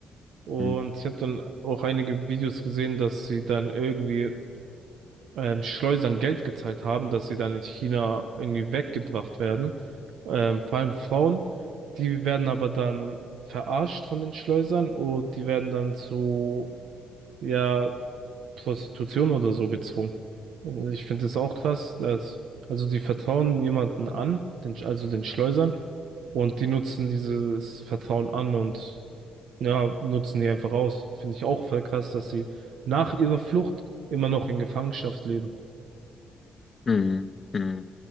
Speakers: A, on the right (about 75°); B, on the left (about 40°).
A: Und
B: Mhm.
A: ich habe dann auch einige Videos gesehen, dass sie dann irgendwie ähm, Schleusern Geld gezahlt haben, dass sie dann in China irgendwie weggebracht werden. Ähm, vor allem Frauen, die werden aber dann verarscht von den Schleusern und die werden dann zu, ja, Prostitution oder so gezwungen. Und Ich finde es auch krass, dass, also die vertrauen jemanden an, den, also den Schleusern, und die nutzen dieses Vertrauen an und ja, nutzen die einfach aus. Finde ich auch voll krass, dass sie nach ihrer Flucht immer noch in Gefangenschaft leben.
B: Mhm. Mhm.